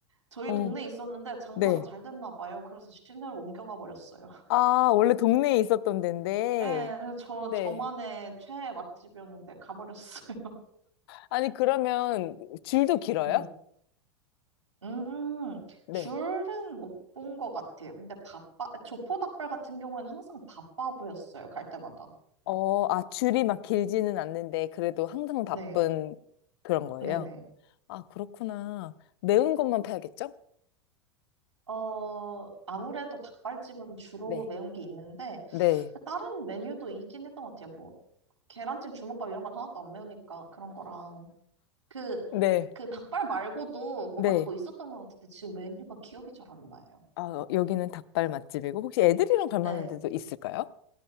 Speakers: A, on the right (about 85°); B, on the left (about 55°).
A: 저희
B: 어,
A: 동네에 있었는데 장사가
B: 네.
A: 잘 됐나 봐요. 그래서 시내로 옮겨가 버렸어요.
B: 아, 원래 동네에 있었던 데인데.
A: 예, 그래서 저,
B: 네.
A: 저만의 최애 맛집이었는데 가버렸어요. <laughs>
B: 아니, 그러면 줄도 길어요?
A: 네. 음,
B: 네.
A: 줄은 못 본 것 같아요. 근데 바빠, 조포닭발 같은 경우에는 항상 바빠 보였어요. 갈 때마다.
B: 어, 아, 줄이 막 길지는 않는데, 그래도 항상 바쁜
A: 네.
B: 그런 거예요.
A: 네네.
B: 아, 그렇구나. 매운 것만 팔겠죠?
A: 어, 아무래도 닭발집은 주로
B: 네.
A: 매운 게 있는데,
B: 네,
A: 다른 메뉴도 있긴 했던 것 같아요. 뭐, 계란찜, 주먹밥 이런 건 하나도 안 매우니까 그런 거랑. 그,
B: 네.
A: 그 닭발 말고도 뭐가
B: 네.
A: 더 있었던 것 같은데, 지금 메뉴가 기억이 잘 안 나요.
B: 아, 어, 여기는 닭발 맛집이고, 혹시 애들이랑 갈 만한
A: 네.
B: 데도 있을까요?